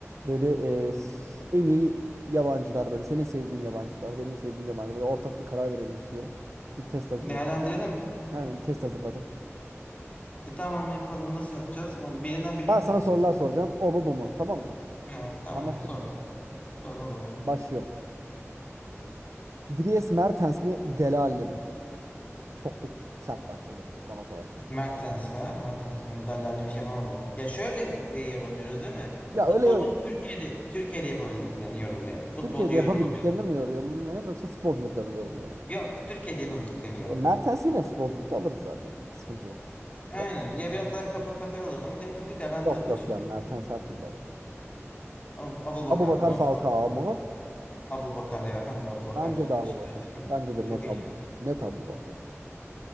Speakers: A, on the right; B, on the left.
A: Böyle e, s- en iyi yabancılar böyle senin sevdiğin yabancılar benim sevdiğim yabancılar böyle ortak bir karar verelim istiyorum. Bir test hazırladım.
B: Değerlendirelim.
A: Aynen bir test hazırladım.
B: E tamam yapalım. Nasıl yapacağız? Onu, birinden birini
A: Ben
B: mi seçeceğiz?
A: sana sorular soracağım o mu bu mu tamam mı? Tamam.
B: He, tamam
A: Anlaştık
B: sor.
A: mı?
B: Sor olur.
A: Başlıyorum. Dries Mertens mi Dele Alli mi? Çok da sert başladı bana sorarsan.
B: Mertens ya. Mertens kanka Daller'le bir şey yapamadı. Ya şöyle e, yorumluyoruz değil mi?
A: Ya
B: Futbolcunun
A: öyle öyle.
B: Türkiye'de Türkiye'de yapabildiklerini yorumlayalım. Futbolcu
A: Türkiye'de
B: yorumlamayalım.
A: yapabildiklerini mi yorumlayalım yoksa futbolculuklarını mı yorumlayalım?
B: Yok, Türkiye'de yapabildiklerini yorumlayalım.
A: E, Mertens yine futbolculukta alırdı zaten. Sıkıntı yok.
B: Aynen.
A: Ta-
B: Ya biraz daha kapı kafaya olurdu ama diğer türlü garanti
A: Yok
B: alıyor
A: yok
B: şimdi.
A: yani Mertens her türlü alırdı.
B: Ab Abubakar
A: Abubakar
B: mı? Fatma
A: Falcao mu?
B: mı? Abubakar ya kanka Abubakar
A: Bence de Abubakar.
B: Beşiktaş'ta çok
A: Bence de
B: çok
A: net
B: iş
A: Abu.
B: yaptı.
A: Net Abubakar.